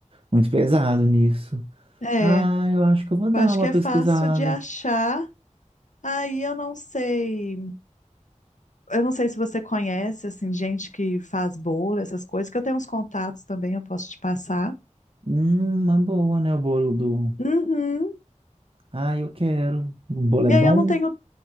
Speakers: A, on the right (about 45°); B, on the left (about 70°).
A: muito pesado nisso.
B: É,
A: Ah, eu acho
B: eu
A: que eu vou dar
B: acho
A: uma
B: que é
A: pesquisada.
B: fácil de achar. Aí eu não sei, eu não sei se você conhece assim gente que faz bolo, essas coisas, que eu tenho uns contatos também, eu posso te passar.
A: Hum, uma boa, né? O bolo do.
B: Uhum.
A: Ah, eu quero. O bolo é
B: E
A: bom?
B: aí eu não tenho,